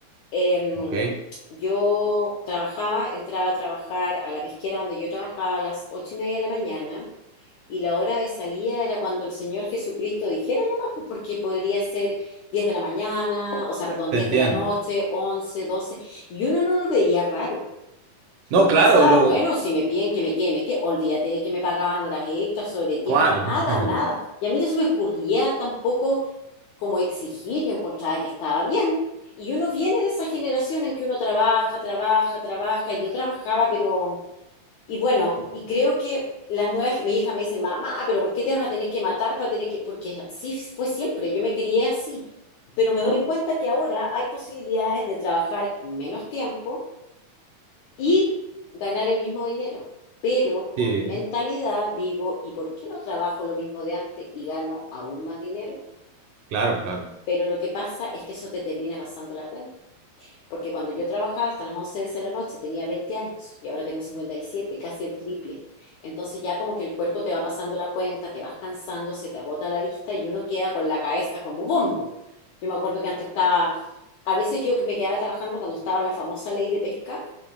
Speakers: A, on the left; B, on the right.
A: Em,
B: ¿ok?
A: yo trabajaba, entraba a trabajar a la pesquera donde yo trabajaba a las ocho y media de la mañana y la hora de salida era cuando el Señor Jesucristo dijera nomás, pues, porque podría ser 10 de la mañana, o sea, perdón,
B: Te
A: 10
B: entiendo.
A: de la noche, 11, 12 y uno no lo veía raro.
B: No,
A: Uno
B: claro,
A: pensaba,
B: lo,
A: bueno, si me piden que me quede, me quede, olvídate de que me pagaban horas extras, sobre tiempo,
B: ¿cuál?
A: nada,
B: <laughs>
A: nada. Y a mí no se me ocurría tampoco como exigir, yo encontraba que estaba bien. Y uno viene de esa generación en que uno trabaja, trabaja, trabaja, y yo trabajaba, pero, y bueno, y creo que las nuevas, mi hija me dice, mamá, pero ¿por qué te vas a tener que matar para tener que, porque así fue siempre, yo me crié así, pero me doy cuenta que ahora hay posibilidades de trabajar menos tiempo y ganar el mismo dinero. Pero con
B: Sí,
A: mi mentalidad digo, ¿y por qué no trabajo lo mismo de antes y gano aún más dinero?
B: claro, claro.
A: Pero lo que pasa es que eso te termina pasando la cuenta. Porque cuando yo trabajaba hasta las 11 de la noche tenía 20 años y ahora tengo 57, casi el triple. Entonces ya como que el cuerpo te va pasando la cuenta, te vas cansando, se te agota la vista y uno queda con la cabeza como bombo. Yo me acuerdo que antes estaba, a veces yo que me quedaba trabajando cuando estaba la famosa ley de pesca,